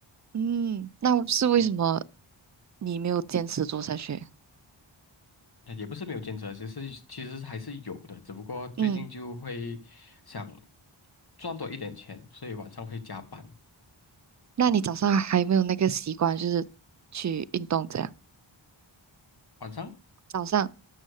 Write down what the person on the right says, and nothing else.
嗯，那是为什么
你没有坚持做下去？
嗯，
那你早上还没有那个习惯，就是去运动这样？
早上